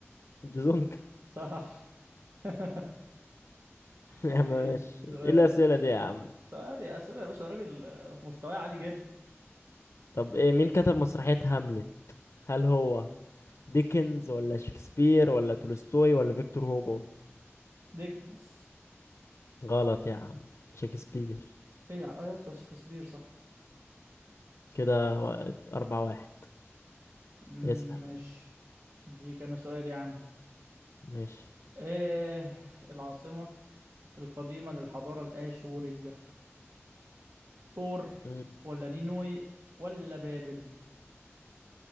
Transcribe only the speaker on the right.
صح <laughs>
الدين
سؤال
سؤال يا اسئلة يا باشا أنا راجل آه، في مستواي عالي جدا
ديكنز
ايه يا اه يا اسطى شكسبير صح
مم،
ماشي دي كان سؤال يا عم
ايه العاصمة القديمة للحضارة الآشورية اور
ولا نينوي ولا بابل